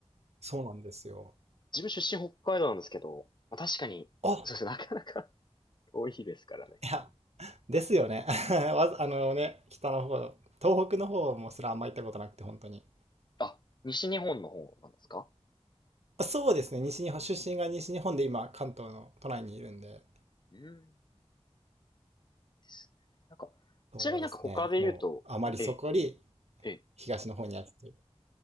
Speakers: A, on the right (about 75°); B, on the left (about 45°).
A: そうなんですよ。
B: 自分出身北海道なんですけど、まあ、確かに、
A: あ、
B: そうですね、なかなか <laughs> 遠いですからね。
A: いや、ですよね。<laughs> わざあのね、北の方、東北の方もすらあんま行ったことなくて、本当に。
B: あ、西日本の方なんですか
A: そうですね、西日本、出身が西日本で今、関東の都内にいるんで、
B: うん。ですね。なんか、
A: そうですね、
B: ちなみになんか他で言うと、
A: もう、あまりそこより
B: ええ、ええ。
A: 東の方にやってて、